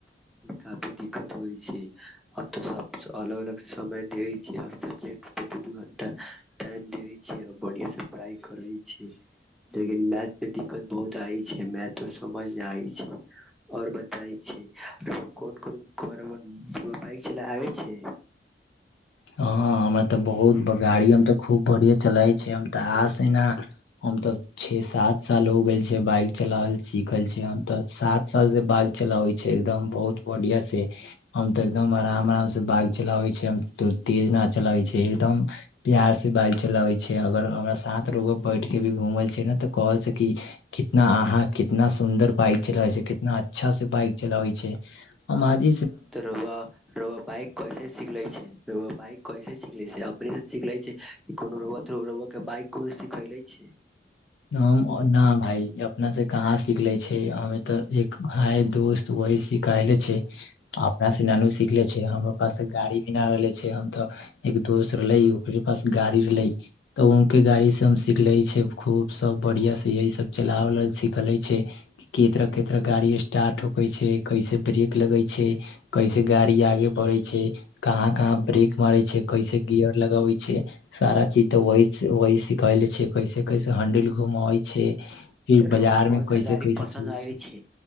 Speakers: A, in the centre; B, on the left.
A: काफी दिक्कत होइ छै, अब तऽ सब अलग अलग समय देै छै, हर सब्जेक्ट दू दू घंटा टाइम दे छै। बढ़आ से पढ़ाइ करै छै, लेकिन मैथ मे दिक्कत बहुत आय छै मैथ समझ नहि आय छै, आओर बताइ छै कोन कोन गाड़ी चला आबै छै।
B: हँ, हमरा तऽ बहुत गाड़ी हम तऽ खूब बढ़िया चलाे छै तऽ आज ने हम तऽ छे सात साल हो गेल छै बाइक चलावल सिखल छी, तऽ सात साल से बाइक चलाबै छै, एकदम बहुत बढ़ििया से हम तऽ एकदम आराम आराम से बाइक चलाबै छै। तो तेज न चलाबै छै, एकदम प्यार से बाइक चलाबै छै, अगर हमरा साथ लोगो बैठ के भी घूमल छै ने तऽ कहल से की कितना अहााँ कितना सुन्दर बाइक चलाबै छै, कितना अच्छा से बाइक चलाबै छै, हमज
A: तऽ रउवा रउवा, बाइक कैसे सीखले छै। रउवा बाइक कैसे सीखले छै, अपनेसँ सीख ले छै कि रउवा बाइक कोनो सिखले छै।
B: हम न भााय अपना से कहाँ सिखले छै, हम तऽ एक हाय दोस्त वह सिखले छै, अपना से नानू सिखले छै, हमरा पास गाड़ी भी नहि रहले छै, हम तऽ एक दोस्त रहले ओकरे पास गाड़ी रहले तऽ उके गाड़ी से हम सिखले छै। खूब सब बढ़िआँसँ यही सब चलाबैल सिखले छै, कतरा केतरा गाड़ी स्टार्ट होकै छै, कैसे ब्रेक लगै छै, कैसे गाड़ी आगे बढ़ै छै, कहाँ कहाँ ब्रेक मारै छै, कैसे गिियर लगबै छै, सारा चीज तऽ वह वही सिखल छै कैसे कैसे हंडिल घुमवै छै। फिर
A: रउवा
B: बाजार
A: कोन
B: में
A: सा
B: कैसे
A: गाड़ी
B: कैसे
A: पसन्द
B: चले
A: आले छै,